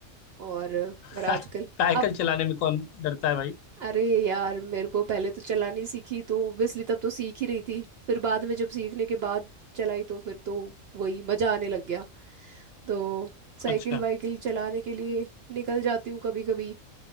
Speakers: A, on the right (about 60°); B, on the left (about 85°).
A: और
B: <laughs>
A: पर आजकल
B: साइकिल
A: अब
B: चलाने में कौन डरता है भाई
A: अरे यार मेरे को पहले तो चलानी सीखी तो ओब्वियसली तब तो सीख ही रही थी फिर बाद में जब सीखने के बाद चलाई तो फिर तो वही मजा आने लग गया तो साइकिल
B: अच्छा
A: वाइकिल चलाने के लिए निकल जाती हूँ कभी कभी